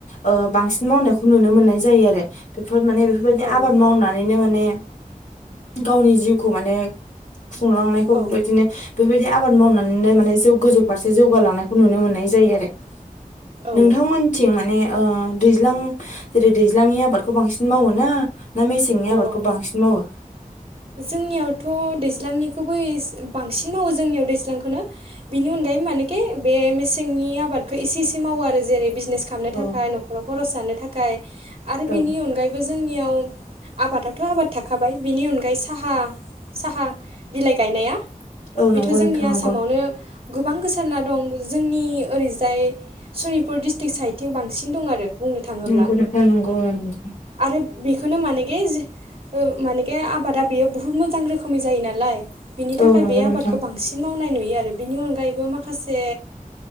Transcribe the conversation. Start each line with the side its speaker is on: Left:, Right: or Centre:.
Left: ओ बांसिन मावनायखौ नुनो मोननाय जायो आरो बेफोर माने बेफोरबाय
Right: आरो
Left: दि
Right: औ
Left: आबाद मावनानैनो माने गावनि जिउ खौ माने खुंलांनायखौ
Right: औ
Left: बेबायदिनो बेफोरबायदि आबाद मावनानैनो माने जौ गोजौ फारसे जौगालांनायखौ नुनो मोननाय जायो आरो।
Right: आरो औ
Left: नोंथांमोनथिं माने ओ दैज्लां जेरै- दैज्लांनि आबादखौ बांसिन मावोना ना मेसेंनि आबादखौ
Right: औ
Left: बांसिन मावो?
Right: जोंनियावथ' दैज्लांनिखौ <unintelligible> बांसिन मावो जोंनियाव दैज्लांखोनो बिनि अनगायै माने <unintelligible> बे मेसेंनि आबादखौ इसे इसे मावो आरो जेरै- बिजनेस खालामनो
Left: औ
Right: थाखाय न'खराव खरस जानो था खाय आरो
Left: औ
Right: बिनि अनगायैबो जोंनियाव आबादाथ' आबाद थाखाबाय बिनि अनगायै साहा साहा बिलाइ गायनाया
Left: औ
Right: बेथ'
Left: नंगौ
Right: जोंनि
Left: नोंथां
Right: आसामावनो
Left: नंगौ
Right: गोबां गोसा सारना दं जोंनि ओरैजाय सनितपुर डिस्ट्रिक साइडथिं बांसिन दं आरो। बुंनो थाङोब्ला
Left: नंगौ नोंथां नंगौ ओं <inaudible>
Right: आरो बेखौनो मानेगेज ओ मानेगे आबादा बेयो बुहुद मोजां रोखोमै जायो नालाय। बिनि थाखाय
Left: औ नंगौ
Right: बे
Left: नोंथां
Right: आबादखौ बांसिन मावनाय नुयो आरो बिनि अनगायैबो मा खासे